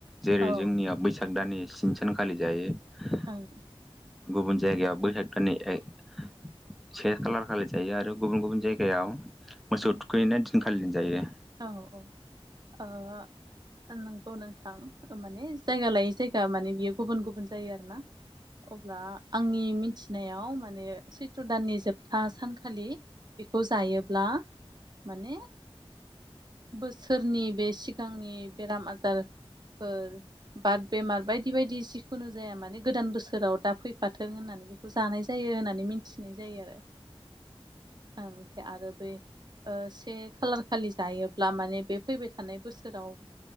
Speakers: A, in the centre; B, on the right (about 45°).
A: जेरै
B: औ
A: जोंनिया बैसाग दाननि स्नि सानखालि जायो।
B: ओं
A: गुबुन जायगायाव बै हागनि <unintelligible> से खालार खालि जायो आरो गुबुन गुबुन जायगायाव मोसौ
B: ओं
A: थुखैैनाय दिनखालिनो जायो
B: औ औ ओ नंगौ नोंथां ओ माने जायगा लायै जायगा माने बियो गुबुन गुबुन जायो आरो ना अब्ला आंनि मिनथिनायाव माने सैथ्र' दाननि जोबथा सानखालि बेखौ जायोब्ला माने बोसोरनि बे सिगांनि बेराम आजारफोर बात बेमार बायदि बायदि जिखुनु जाया माने गोदान बोसोराव दा फैफाथों होननानै बेखौ जानाय जायो होननानै मिथिनाय जायो। आरो ओमफ्राय आरो बै से खालार खालि जायो। लामाने बे फैबाय थानाय बोसोराव